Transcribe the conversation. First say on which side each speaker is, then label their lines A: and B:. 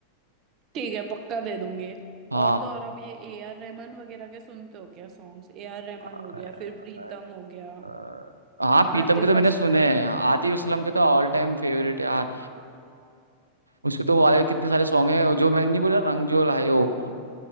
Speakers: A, on the right (about 35°); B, on the right (about 80°).
A: ठीक है पक्का दे दूंगी
B: हाँ
A: और तो और अब ये ए आर रहमान वगैरह के सुनते हो क्या सॉन्ग्स ए आर रहमान
B: अ-
A: हो गया फिर प्रीतम हो गया
B: अ- हाँ पीतम
A: आतिफ
B: के तो मैंने
A: असलम
B: सुने
A: हो
B: हैं
A: गया
B: आतिफ असलम के तो ऑल टाइम फेवरेट यार उसके तो वाले कितने सारे सॉन्ग हैं जो मैंने नहीं बोला रंग जो लाए हो